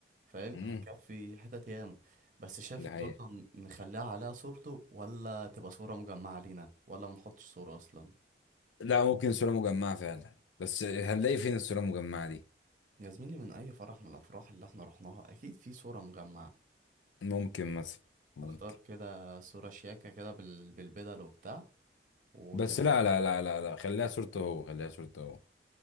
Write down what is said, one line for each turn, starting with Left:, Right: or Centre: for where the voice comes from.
Right: فاهم
Left: امم
Right: هيكفي حتت ياما بس شايف
Left: ده
Right: التورتة
Left: حقيقة
Right: ن- نخليها عليها صورته ولا تبقى صورة مجمعة لينا ولا ما نحطش صورة أصلا
Left: لا ممكن صوره مجمعه فعلا بس هنلاقي فين الصوره المجمعه دي
Right: يا زميلي من أي فرح من الأفراح اللي احنا رحناها أكيد في صورة مجمعة
Left: ممكن مثلا ممكن
Right: نختار كده صورة شياكة كده بال... بالبدل وبتاع وتبقى
Left: بس لا
Right: هي
Left: لا
Right: الوجه.
Left: لا لا لا خليها صورته هو خليها صورته هو